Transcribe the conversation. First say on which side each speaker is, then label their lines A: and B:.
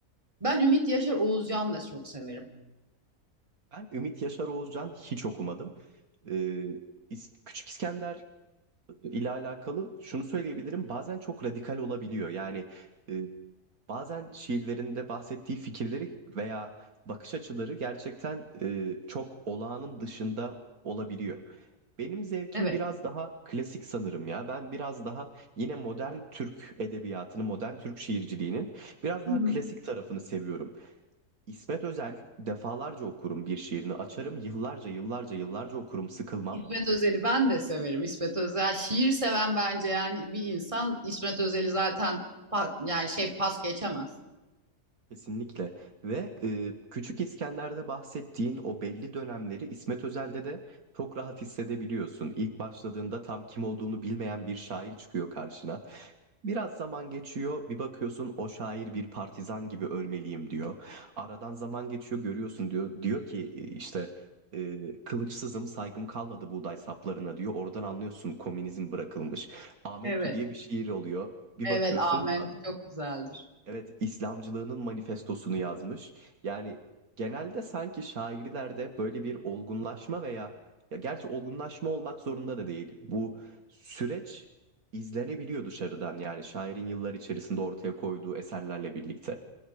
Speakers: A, on the right (about 20°); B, on the right (about 70°).
A: Ben Ümit Yaşar Oğuzcan da çok severim.
B: Ben Ümit Yaşar Oğuzcan hiç okumadım. Ee, İs- Küçük İskender ile alakalı şunu söyleyebilirim. Bazen çok radikal olabiliyor. Yani e, Bazen şiirlerinde bahsettiği fikirleri veya bakış açıları gerçekten e, çok olağanın dışında olabiliyor. Benim zevkim
A: Evet.
B: biraz daha klasik sanırım ya. Ben biraz daha yine modern Türk edebiyatını, modern Türk şiirciliğinin biraz daha
A: Hı hı.
B: klasik tarafını seviyorum. İsmet Özel defalarca okurum bir şiirini açarım, yıllarca yıllarca yıllarca okurum, sıkılmam.
A: İsmet Özel'i ben de severim. İsmet Özel şiir seven bence yani bir insan İsmet Özel'i zaten pa- yani şey pas geçemez.
B: Kesinlikle ve e, Küçük İskender'de bahsettiğin o belli dönemleri İsmet Özel'de de çok rahat hissedebiliyorsun. İlk başladığında tam kim olduğunu bilmeyen bir şair çıkıyor karşına. Biraz zaman geçiyor, bir bakıyorsun o şair bir partizan gibi ölmeliyim diyor. Aradan zaman geçiyor, görüyorsun diyor. Diyor ki e, işte e, kılıçsızım, saygım kalmadı buğday saplarına diyor. Oradan anlıyorsun komünizm bırakılmış. Amentü
A: Evet.
B: diye bir şiir oluyor. Bir
A: Evet,
B: bakıyorsun
A: Amen çok güzeldir.
B: Evet, İslamcılığının manifestosunu yazmış. Yani genelde sanki şairlerde böyle bir olgunlaşma veya ya gerçi olgunlaşma olmak zorunda da değil. Bu süreç izlenebiliyor dışarıdan yani şairin yıllar içerisinde ortaya koyduğu eserlerle birlikte.